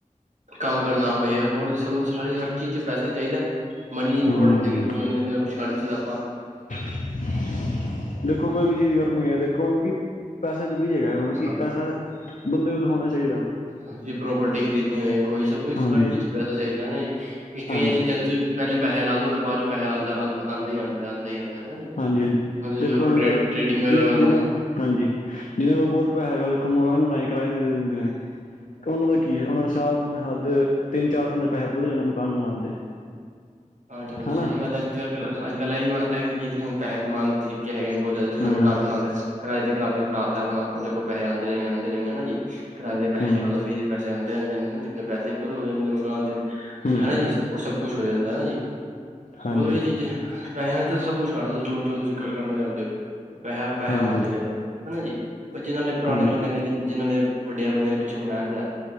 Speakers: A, on the right (about 65°); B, on the left (about 70°).
A: ਕੰਮ ਕਰਨਾ ਹੋਏ ਹੋਰ ਵੀ ਸਾਨੂੰ ਹਰ ਚੀਜ਼ ਚ ਪੈਸੇ ਚਾਹੀਦਾ, ਮਨੀ ਦੀ ਇੰਪੋਰਟੈਂਸ
B: ਹਮ
A: ਹੈਗੀ, ਮਨੀ ਤੋਂ ਬਿਨਾਂ ਕੁਛ ਕਰ ਨੀ ਸਕਦੇ ਆਪਾਂ।
B: <unintelligible> ਦੇਖੋ ਕੋਈ ਵੀ ਚੀਜ਼ ਕਰਨੀ ਐ ਦੇਖੋ ਹੁਣ ਕੀ ਪੈਸਾ ਜ਼ਰੂਰੀ ਹੈਗਾ, ਮਤਲਬ ਕਿ
A: ਆਪਾਂ
B: ਪੈਸਾ ਬੰਦੇ ਕੋਲ ਹੋਣਾ ਚਾਹੀਦਾ।
A: ਹਾਂ ਜੇ ਪ੍ਰੋਪਰਟੀ ਖਰੀਦਣੀ ਹੋਵੇ, ਕੋਈ ਸਭ ਕੁਛ
B: ਹਾਂਜੀ
A: ਹਰ ਚੀਜ਼ ਚ ਪੈਸਾ ਚਾਹੀਦਾ, ਹੈਨਾ ਜੀ ਕਈਆਂ
B: ਹਾਂਜੀ
A: ਚੀਜ਼ਾਂ ਚ ਤੁਸੀਂ ਪਹਿਲੇ ਪੈਸੇ ਲਾ ਦੇਵੋ ਫੇਰ ਬਾਅਦ ਚ ਪੈਸੇ ਆਂਦੇ ਆਂਦੇ ਆਂਦਾ ਹੀ ਆਂਦਾ। ਹਨਾ ਜੀ।
B: ਹਾਂਜੀ ਹਾਂਜੀ,
A: ਹੁਣ ਤੁਸੀਂ
B: ਦੇਖੋ
A: ਵੇਖ ਲੋ
B: ਹੁਣ
A: ਟ੍ਰੇਡ
B: ਤੁਹਾਡੇ
A: ਟ੍ਰੇਡਿੰਗ ਵਗੈਰਾ
B: ਦੇਖਦੇ
A: ਕਰ ਲੋ।
B: ਨਾ ਹਾਂਜੀ, ਜਿਹਦੇ ਕੋਲ ਬਹੁਤ ਪੈਸਾ ਹੈਗਾ ਦੇਖੋ ਮਕਾਨ ਬਣਾ ਕੇ ਕਿਰਾਏ ਤੇ ਦੇ ਦਿੰਦੇ ਨੇ। ਉਹਨਾਂ ਦਾ ਕੀ ਐ ਉਹਨਾਂ ਦੇ ਸਾਲ ਹੱਦ ਤਿੰਨ ਚਾਰ ਸਾਲ ਦੇ ਪੈਸੇ ਪੂਰੇ ਹੋ ਜਾਂਦੇ ਨੇ ਮਕਾਨ ਬਨਾਣ ਦੇ।
A: ਹਾਂਜੀ ਹਾਂਜੀ,
B: ਹਨਾ
A: ਸਹੀ ਗੱਲ ਐ, ਅੱਜ ਕੱਲ ਅੱਜ ਕੱਲ ਇਹੀ ਹੁਣ ਐਹੀ ਵਧੀਆ ਸਾਨੂੰ ਪੈਸੇ ਕਮਾਉਣ ਦੇ ਤਰੀਕੇ ਹੈਗੇ ਨੇ। ਬਹੁਤ ਜ਼ਿਆਦਾ ਤੁਸੀਂ
B: ਹੂੰ
A: ਹੁਣ ਘਰ ਬਣਾ ਲਿਆ ਕਿਰਾਏ ਤੇ ਘਰ ਨੂੰ ਚੜਾ ਤਾਂ ਆਪਣਾ, ਉਹਦੇ ਤੋਂ ਪੈਸੇ ਆਂਦੇ ਜਾਏਂਗੇ, ਆਂਦੇ ਜਾਏਂਗੇ ਹੈਨਾ ਜੀ। ਕਿਰਾਏ ਤੇ ਪੈਸੇ
B: ਹੂੰ
A: ਚੜਾ ਦੋ ਫ੍ਰੀ ਦੇ ਪੈਸੇ ਆਂਦੇ ਰਹਿੰਦੇ ਨੇ ਨਾ ਜ ਅਪਣੇ ਪੈਸੇ ਪੂਰੇ ਹੋ ਜਾਂਦੇ ਮਕਾਨ ਦੇ
B: ਹੂੰ
A: ਹੈਨਾ ਜੀ, ਸਭ ਕੁਛ ਸਭ ਕੁੱਛ ਹੋ ਜਾਂਦਾ ਹੈਨਾ ਜੀ।
B: ਹਾਂਜੀ
A: ਬਹੁਤ ਵਧੀਆ ਚੀਜ਼ਾਂ ਪੈਸੇ ਨਾਲ ਤਾਂ ਸਭ ਕੁਛ ਕਰ ਲੋ, ਜੋ ਜੋ ਤੁਸੀਂ ਕਰਨਾ ਚਾਹੁੰਦੇ ਹੋ। ਪੈਸ, ਪੈਸਾ
B: ਹਾਂਜੀ
A: ਹੋਣਾ ਚਾਹੀਦਾ, ਹੈਨਾ ਜੀ ਪਰ ਜਿਹਨਾਂ ਨੇ ਪੁਰਾਣੇ
B: ਹਾਂਜੀ
A: ਬੰਦਿਆਂ ਨੇ ਜਿਨਾਂ ਨੇ ਵੱਡਿਆਂ ਬੰਦਿਆ ਨੇ ਪਿੱਛੋਂ ਬਣਾਇਆ ਦਾ,